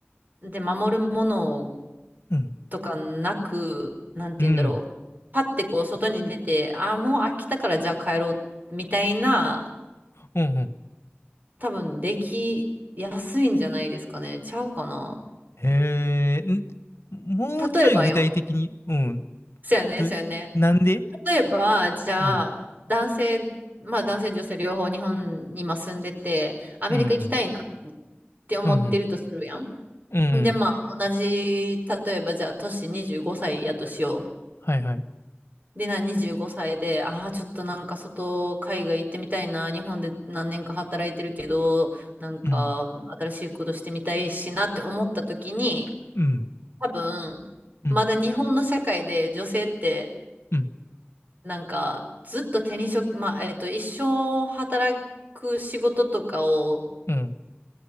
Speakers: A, on the right (about 40°); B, on the left (about 70°).
A: で守るもの
B: うん、
A: とかなく、なんて言うんだろう。
B: うん、うん、
A: パッてこう外に出て、ああ、もう飽きたからじゃあ帰ろうみたいな、
B: うん、うん。
A: 多分できやすいんじゃないですかね。ちゃうかな。
B: へえ、んもうちょい具体的に、
A: 例えばよ。
B: うん、
A: そうやね、
B: ど、
A: そうやね。
B: なんで
A: 例えば、じゃあ、
B: うん、
A: 男性、まあ男性女性両方日本に今住んでて、アメリカ行きたいなっ
B: うん、
A: て思ってるとするやん。
B: うん、うん、うん、
A: で、まあ同じ、例えばじゃあ、年25歳やとしよう。
B: はいはい。
A: で、な、25歳で、ああ、ちょっとなんか外、海外行ってみたいな、日本で何年か働いてるけど、なんか新しいことしてみたいしなって思った時に、
B: うん、うん、
A: 多分、
B: うん、
A: まだ日本の社会で女性って、
B: うん、
A: なんかずっと手に職、まあ、えっと、一生働く仕事とかを
B: うん、